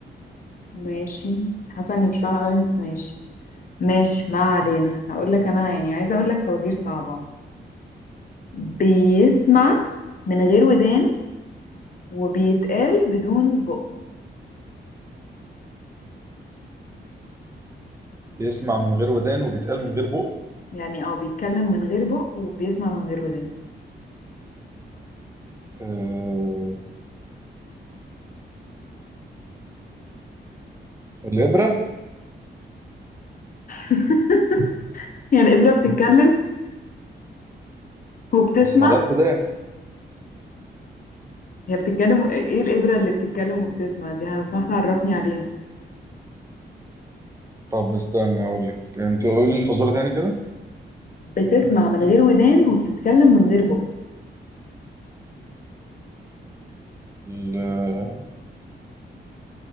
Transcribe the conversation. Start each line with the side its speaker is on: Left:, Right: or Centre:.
Left: ماشي حاسة اني مش فاهمة قوي بس ماشي ماشي ما علينا هقول لك انا يعني عايزة اقول لك فوازير صعبة بيسمع من غير ودان وبيتقال بدون بق
Right: بيسمع من غير ودان وبيتقل من غير بق
Left: يعني او بيتكلم من غير بق وبيسمع من غير ودان
Right: آه... الإبرة
Left: <laughs> يعني الإبرة بتتكلم وبتسمع
Right: بس مالهاش ودان
Left: هي بتتكلم ايه الإبرة اللي بتتكلم وبتسمع دي لو سمحت عرفني عليها
Right: طب استنى اقول لك انت قولي الفزورة تاني كده
Left: بتسمع من غير ودان وبتتكلم من غير بق
Right: ال- آه،